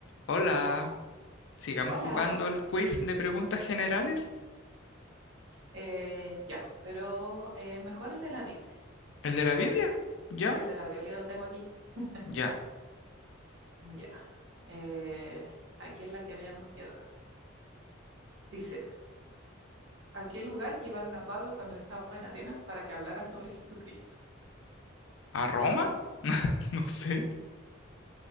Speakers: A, on the left; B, on the right.
A: Hola, sigamos
B: Hola,
A: jugando el quiz de preguntas generales.
B: eh, ya, pero eh, mejor el de la Biblia.
A: ¿El de la Biblia? ¿Ya?
B: Es que el de la Biblia lo tengo aquí. <laughs>
A: ¿Ya?
B: Ya, eh, aquí es la que habíamos quedado. Dice, ¿a qué lugar llevaron a Pablo cuando estaba en Atenas para que hablara sobre Jesucristo?
A: ¿A Roma?
B: ¿Eh?
A: <laughs> No sé.